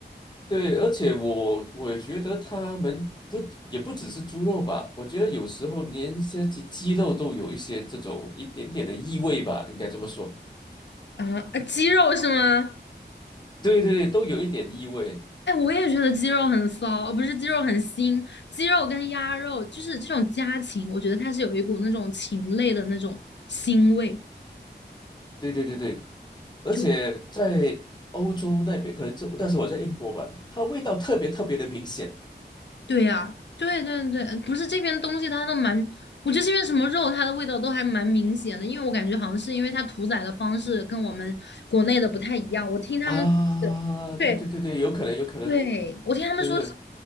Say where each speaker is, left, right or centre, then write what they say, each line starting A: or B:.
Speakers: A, on the left; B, on the left.
A: 对，而且我我觉得他们不也不只是猪肉吧，我觉得有时候连些鸡鸡肉都有一些这种一点点的异味吧，应该这么说。
B: 啊！啊鸡肉是吗？
A: 对对对，都有一点异味。
B: 哎，我也觉得鸡肉很骚，哦不是鸡肉很腥，鸡肉跟鸭肉就是这种家禽，我觉得它是有一股那种禽类的那种腥味。
A: 对对对对，而且在欧洲那边，
B: 就
A: 可能就但是我在英国吧，它味道特别特别的明显
B: 对呀、对对对，不是这边东西它都蛮，我觉得这边什么肉它的味道都还蛮明显的，因为我感觉好像是因为它屠宰的方式跟我们国内的不太一样。我听他们是对
A: 啊！对对对对，有可能有可能，
B: 对，我听他们说
A: 对对